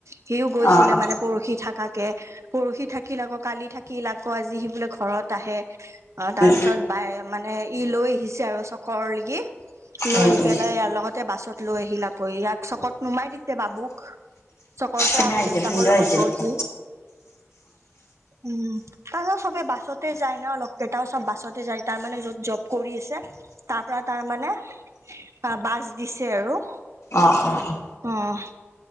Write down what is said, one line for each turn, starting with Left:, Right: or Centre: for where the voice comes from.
Right: সিও গৈছিলে
Left: অ', অ',
Right: মানে পৰহি থাকাকে। পৰহি থাকিল, আকৌ কালি থাকিল, আকৌ আজি সি বোলে ঘৰত আহে অ' তাৰপিছত
Left: উম,
Right: বাই মানে ই লৈ আহিছে আৰু চকৰলৈকি লৈ
Left: উম, উম।
Right: বা ইয়াৰ লগতে বাছত লৈ আহিল আকৌ ইয়াক চকত নমাই দিছে বাবুক। চকৰপৰা
Left: ভিন্ন
Right: আকৌ
Left: আহিছে
Right: দেউতাকৰ
Left: ভিন্ন
Right: লগত
Left: আহিছে
Right: গলহি,
Left: নেকি?
Right: উম। তাৰপাছত চবেই বাছতে যায় ন' অ' লগ কেইটাও চব বাছতে যায়, তাৰমানে য'ত জব কৰি আছে তাৰপৰা তাৰমানে বাছ দিছে আৰু।
Left: অ', অ', অ'।
Right: অ'